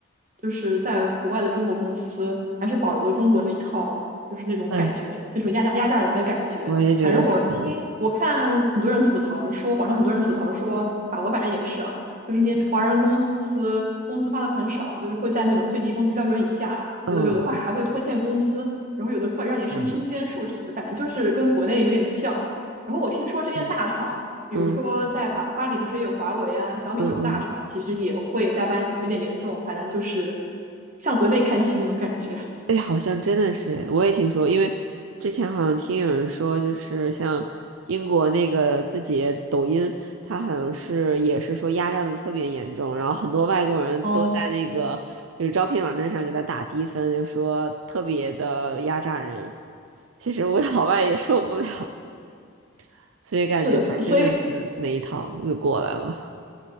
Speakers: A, on the right (about 40°); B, on the right (about 75°).
A: 就是在国外的中国公司还是保留了中国那一套，就是那种感觉，
B: 哎，
A: 那种压榨压榨人的感觉。
B: 我也觉得是，
A: 反正我听我看很多人吐槽说，网上很多人吐槽说，法国反正也是啊，就是那些华人公司工资发的很少，就是会在那种最低工资标准以下，
B: 嗯嗯，
A: 有的有的话还会拖欠工资，然后有的会让你身身兼数职，
B: 明白
A: 反正就是跟国内有点像。然后我听说这边大厂。
B: 嗯
A: 比如说在法巴黎不是也有华为啊、
B: 嗯
A: 小米这种大厂，
B: 嗯嗯。
A: 其实也会加班有点严重，反正就是向国内看齐那种感觉。
B: 哎，好像真的是，我也听说，因为之前好像听有人说，就是像英国那个自己抖音，它好像是也是说压榨的特别严重，然后很多外国人都在那个就是招聘网站上给他打低分，
A: 哦，
B: 就说特别的压榨人。其实我 <laughs> 老外也受不了，<laughs> 所以感觉还真的是那一套又过来了。
A: 是的，所以